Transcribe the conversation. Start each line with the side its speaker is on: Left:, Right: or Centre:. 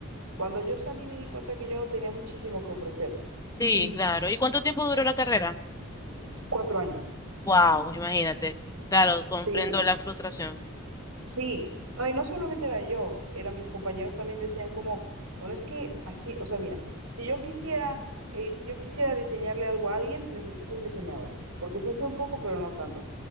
Right: cuando yo salí me di cuenta que yo no tenía muchísimo que ofrecer.
Left: sí,
Right: <clears throat>
Left: claro. ¿Y cuánto tiempo duró la carrera?
Right: Cuatro años.
Left: Wow, imagínate. Claro, comprendo
Right: Sí.
Left: la frustración.
Right: Sí, no, y no solamente era yo, era mis compañeros también decían como, bueno, es que así, o sea, mira, si yo quisiera, eh, si yo quisiera diseñarle algo a alguien, necesito un diseñador, porque sí sé un poco, pero no tanto.